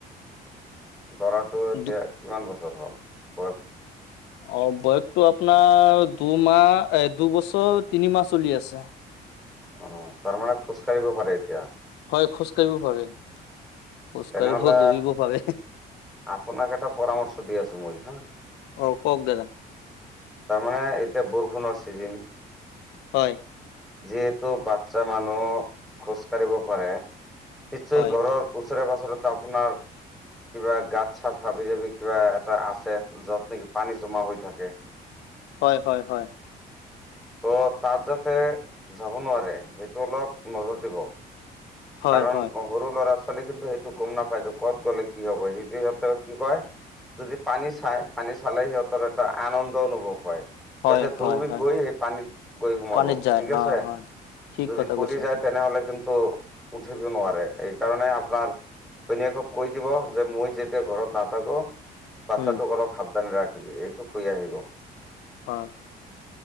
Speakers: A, in the centre; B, on the left.
A: ল'ৰাটো এতিয়া
B: দু
A: কিমান বছৰ হ'ল? বয়স।
B: অ', বয়সতটো আপোনাৰ দুমাহ এ, দুবছৰ তিনিমাহ চলি আছে।
A: অ', তাৰ মানে, খোজকাঢ়িব পাৰে এতিয়া?
B: হয়, খোজকাঢ়িবও পাৰে। খোজ
A: তেনেহলে,
B: কাঢ়িব দৌৰিব পাৰে
A: আপোনাক এটা পৰামৰ্শ দি আছোঁ, মই হা।
B: অ', কক দাদা।
A: তাৰ মানে, এতিয়া বৰষুণৰ ছিজিন।
B: হয়।
A: যিহেতু, বাচ্ছা মানুহ খোজ কাঢ়িব পাৰে। <unintelligible>
B: হয়
A: ঘৰৰ উচৰে, পাছৰেটো আপোনাৰ কিবা গাত-চাত, হাবি-জাবি কিবা এটা আছে, য'ত নেকি পানী জমা হৈ থাকে।
B: হয়, হয়, হয়।
A: ত, তাত যাতে যাব নোৱাৰে, সেইটো অলপ নজৰ দিব।
B: হয়
A: কাৰণ,
B: হয়
A: সৰু ল'ৰা-ছোৱালী কিন্তু সেইটো গ'ম নেপায় যে, ক'ত গ'লে কি হ'ব, <unintelligible> কি কয়‌ যদি পানী চাই, পানী চালে সিহঁতৰ এটা আনন্দ অনুভৱ হয়। সিহঁতে
B: হয়
A: দৌৰি
B: হয় হয়
A: গৈ, সেই পানীত গৈ সোমাব,
B: পানীত যায়
A: ঠিক আছে।
B: অ হয় ঠিক
A: যদি
B: কথা
A: পৰি
B: কৈছে
A: যায়,
B: আপুনি
A: তেনেহলে কিন্তু উঠিব নোৱাৰে, এই কাৰণে আপোনাৰ ঘৈনীয়েকক কৈ দিব, যে মই যেতিয়া ঘৰত নাথাকো বাচ্ছাটোক
B: উম
A: অলপ সাৱধানে ৰাখিবি এইটোক ঘুই আহিব।
B: হয়,